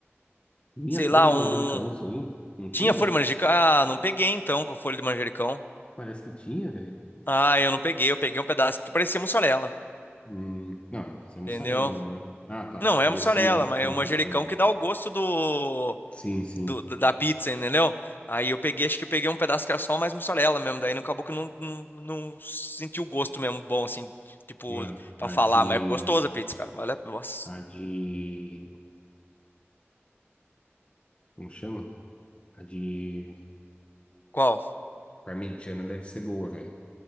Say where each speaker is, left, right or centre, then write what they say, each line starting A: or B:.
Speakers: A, on the left; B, on the left.
A: Minha
B: Sei
A: folha
B: lá,
A: de
B: um.
A: manjericão, sim. Não tinha?
B: Tinha folha de manjericão? Ah, não peguei então com a folha de manjericão.
A: Parece que tinha, velho.
B: Ah, eu não peguei, eu peguei um pedaço que parecia mussarela,
A: Hum, não, mas é mussarela
B: entendeu?
A: mesmo, né? Ah, tá.
B: Não,
A: que Parecia.
B: é mussarela, mas
A: Entendi,
B: é o manjericão
A: entendi.
B: que dá o gosto do.
A: Sim, sim.
B: do- da da pizza, entendeu? Aí eu peguei, acho que eu peguei um pedaço que era só mais mussarela mesmo, daí não acabou que eu não, não, não senti o gosto mesmo bom, assim, tipo,
A: Mano,
B: pra
A: a
B: falar,
A: de.
B: mas gostosa a pizza, cara. Olha, nossa.
A: A de. Como chama? A de
B: Qual?
A: parmegiana deve ser boa, velho.